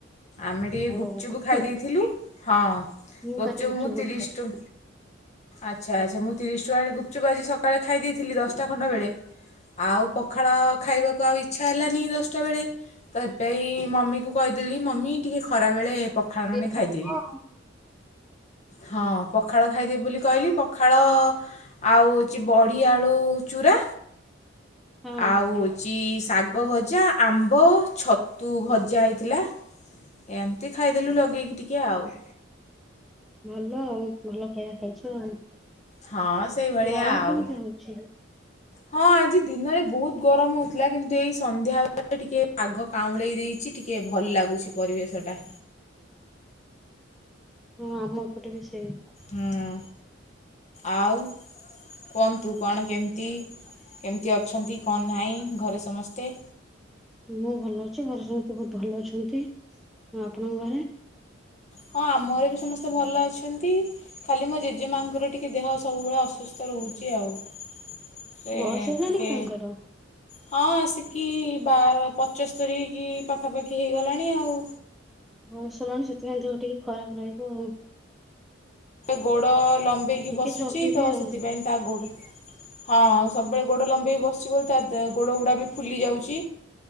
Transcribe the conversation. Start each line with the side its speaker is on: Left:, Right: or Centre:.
Left: ଆମେ ଟିକେ
Centre: ଆଉ
Left: ଗୁପ୍ ଚୁପ୍
Centre: ଗୁପଚୁପ
Left: ଖାଇ ଦେଇଥିଲୁ ହଁ।
Centre: ମୁଁ
Left: ଗୁପ୍
Centre: କାଲି
Left: ଚୁପ୍
Centre: ଗୁପଚୁପ
Left: ମୁଁ
Centre: ବହୁତ
Left: ତିରିଶି
Centre: ଖାଇଥିଲି।
Left: ଟ ଆଚ୍ଛା ଆଚ୍ଛା ମୁଁ ତିରିଶି ଟଙ୍କା ରେ ଗୁପ୍ ଚୁପ୍ ଆଜି ସକାଳେ ଖାଇ ଦେଇଥିଲି ଦଷ୍ଟା ଖଣ୍ଡେ ବେଳେ। ଆଉ ପଖାଳ ଖାଇବାକୁ ଆଉ ଇଚ୍ଛା ହେଲାନି ଦଷ୍ଟା ବେଳେ। ତ ହେଇଥିପାଇଁ ମମିକୁ କହିଦେଲି ମମି ଟିକେ ଖରା ବେଳେ ପଖାଳ
Centre: ଇଏ
Left: ନେ
Centre: ତ
Left: ଖାଇଦେବି।
Centre: ହବ ଆଉ
Left: ହଁ ପଖାଳ ଖାଇଦେବି ବୋଲି କହିଲି ପଖାଳ ଆଉଛି ବଢ଼ି। କି ଆଳୁ ଚୂରା
Centre: ହଁ
Left: ଆଉ ହଉଛି ଶାଗ ଭଜା ଆମ୍ବ ଛତୁ ଭଜା ହେଇଥିଲା। ଏମିତି ଖାଇଦେଲୁ ଲଗେଇକି ଟିକେ ଆଉ
Centre: ଭଲ ଆଉ ଭଲ ଖାଇବା ଖାଇଛୁ ଆଉ
Left: ହଁ ସେଇଭଳିଆ
Centre: ଗରମ
Left: ଆଉ
Centre: କେମିତି ହଉଛି
Left: ହଁ ଆଜି ଦିନରେ ବହୁତ ଗରମ ହଉଥିଲା କିନ୍ତୁ ଏଇ ସନ୍ଧ୍ୟାବେଳେ ଟିକେ ପାଗ ପାଉଁଳେଇ ଦେଇଛି ଟିକଏ ଭଲ ଲାଗୁଛି ପରିବେଶଟା
Centre: ହଁ ଆମ ଏପଟେ ବି ସେଇ
Left: ହୁଁ ଆଉ କୁହନ୍ତୁ କଣ କେମିତି କେମିତି ଅଛନ୍ତି କଣ ନାହିଁ ଘରେ ସମସ୍ତେ?
Centre: ମୁଁ ଭଲ ଅଛି ଘରେ ସହିତ ବହୁତ ଭଲ ଅଛନ୍ତି, ଆ ଆପଣଙ୍କ ଘରେ?
Left: ହଁ ଆମ ଘରେ ବି ସମସ୍ତେ ଭଲ ଅଛନ୍ତି। ଖାଲି ମୋ ଜେଜେମାଙ୍କର ଟିକେ ଦେହ ସବୁବେଳେ ଅସୁସ୍ଥ ରହୁଛି ଆଉ। ସେ
Centre: ବୟସ ହେଲାଣି
Left: ଟିକେ
Centre: କି ତାଙ୍କର?
Left: ହଁ ଆସିକି ବା ପଞ୍ଚସ୍ତୁରୀ କି ପାଖାପାଖି ହୋଇଗଲାଣି ଆଉ।
Centre: ବୟସ ହେଲାଣି ସେଥିପାଇଁ ଦେହ ଟିକେ ଖରାପ ରହିବ ଆଉ।
Left: ଗୋଡ଼ ଲମ୍ବେଇକି
Centre: ଟିକେ
Left: ବସୁଛି
Centre: ଜଗିବେ
Left: ତ
Centre: ଆଉ
Left: ସେଥିପାଇଁ ତା ଗୋ ହଁ ସବୁବେଳେ ଗୋଡ଼ ଲମ୍ବେଇ ବଶୁଚି ବୋଲି ତା ଗୋଡ଼ ଗୁଡ଼ା ବି ଫୁଲି ଯାଉଛି।